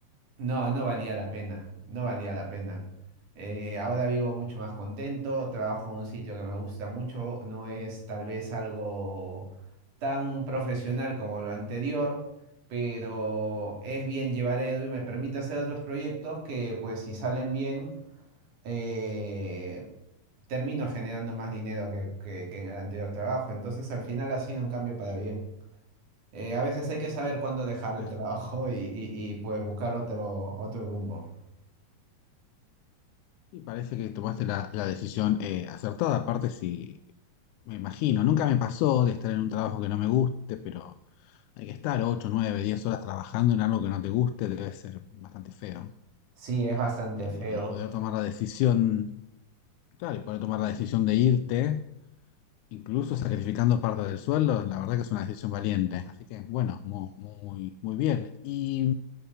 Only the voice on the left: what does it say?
Ah,
Y parece que tomaste la, la decisión eh, acertada, aparte si me imagino, nunca me pasó de estar en un trabajo que no me guste, pero hay que estar 8 9 10 horas trabajando en algo que no te guste, debe ser bastante feo.
Eh, Y
poder tomar la decisión, claro, y poder tomar la decisión de irte incluso sacrificando parte del sueldo, la verdad que es una decisión valiente. Así que, bueno, mu- muy, muy, bien. Y